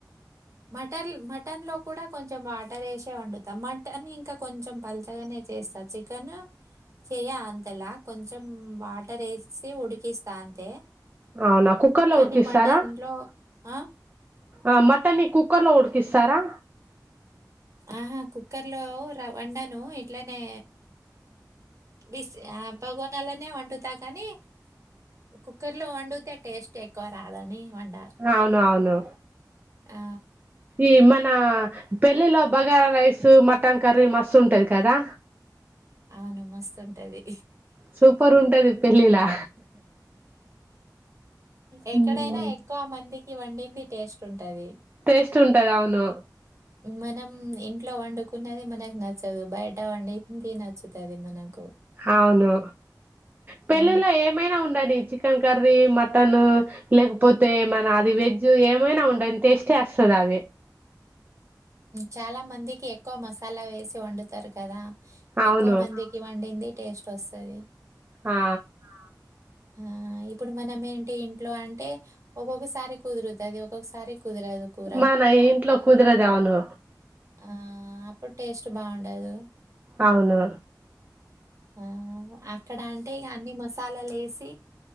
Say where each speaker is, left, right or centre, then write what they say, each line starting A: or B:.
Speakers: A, on the right; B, on the right.
A: మటర్లు మటన్ లో కూడా కొంచెం వాటర్ ఏసే వండుతాం మటన్ ఇంకా కొంచెం పల్చగనే చేస్తా చికెను చెయ అంతలా కొంచెం వాటర్ యేసి ఉడికిస్తా అంతే.
B: అవునా కుక్కర్ లో
A: కానీ
B: ఉడికిస్తారా
A: మటన్‌లో ఆ!
B: ఆ మటన్ని కుక్కర్ లో ఉడికిస్తారా
A: ఆహా కుక్కర్లో రవ్ వండను ఇట్లానే దిస్ ఆ పగవనాలనే వండుతా కానీ కుక్కర్ లో వండుతే టేస్ట్ ఎక్కువ రాదని వండ.
B: అవును అవును
A: ఆ!
B: ఈ మన్ పెళ్ళిలో బగారా రైస్ మటన్ కర్రీ మస్తు ఉంటది కదా.
A: అవును మస్తు ఉంటది
B: సూపర్ ఉంటది పెళ్లిలా
A: ఎక్కడైనా
B: మ్మ్.
A: ఎక్కువ మందికి వండింది టేస్ట్ ఉన్ టది
B: టేస్ట్ ఉంటది అవును
A: మనమ్ ఉమ్ ఇంట్లో వండుకునేది మనకు నచ్చదు బయట వండింది నచ్చుతది మనకు.
B: అవును పెళ్ళిలో
A: ఆ
B: ఏమైనా వండని చికెన్ కర్ కర్రీ మటను లేకపోతే మన అది వెజ్జు ఏమైనా వన్ దాని టేస్టే వస్తదది అది
A: చాలా మందికి ఎక్కువ మసాలా వేసి వండుతారు కదా.
B: అవును
A: ఎక్కువ మందికి వండింది టేస్ట్ వస్తది
B: ఆ
A: ఆ ఆ ఇప్పుడు మనం ఏంటి ఇంట్లో అంటే ఒక్కొక్కసారి కుదురుతది ఒక్కొక్కసారి కుదరదు కూర.
B: మానా ఇంట్లో కుదరదు అవును
A: ఆ అప్పుడు టేస్ట్ బాగుండదు
B: అవును
A: ఆ అక్కడ అంటే ఇగ అన్ని మస్ పాలలో వేసి